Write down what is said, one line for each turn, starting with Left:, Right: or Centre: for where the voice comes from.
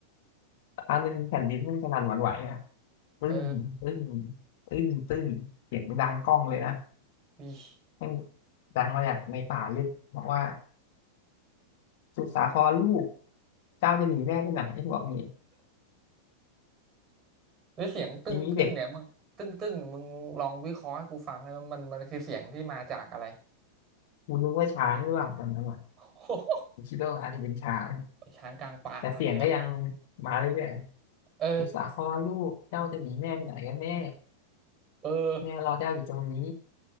Left: อันนึงแผ่นดินมันสนั่นหวั่นไหวอ่ะปึ้งปึ้ง
Right: เออ
Left: ปึ้งปึ้งเสียงดังก้องเลยนะ
Right: วิ
Left: แม่งดังมาจากในป่าลึกบอกว่า สุดสาครลูกเจ้าจะหนีแม่ไปไหนบอกนี่
Right: หรือเสียงตึ้งตึ้งเนี่ยมึงตึ้งตึ้งมึงลองวิเคราะห์ให้กูฟังเลยมันมันมันคือเสียงที่มาจากอะไร
Left: ทีนี้เด็กกูนึกว่าช้างหรือเปล่าตอนนั้นอ่ะ
Right: <laughs> โโห
Left: กูคิดว่าอาจจะเป็นช้าง
Right: <laughs> ช้างกลางป่าใช่ไหม
Left: แต่เสียงก็ยังมาเรื่อยๆสุดสาครลูกเจ้าจะหนีแม่ไปไหนกันแม่
Right: เออ เออ
Left: แม่เราเจ้าอยู่ตรงนี้